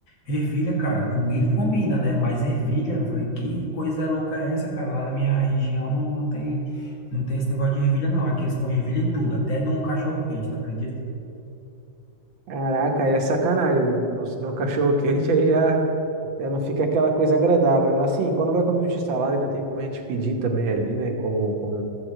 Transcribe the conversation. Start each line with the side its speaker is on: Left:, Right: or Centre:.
Left: ervilha, cara. O milho combina, né? Mas ervilha, eu falei, que coisa louca é essa, cara? Lá na minha região não, não tem, não tem esse negócio de ervilha, não. Aqui eles põem ervilha em tudo, até no cachorro-quente, tu acredita?
Right: Caraca, aí é sacanagem. No, no cachorro quente aí já, já não fica aquela coisa agradável, né? Assim, quando vai comer um x-salada ainda tem como a gente pedir também ali, né? Como como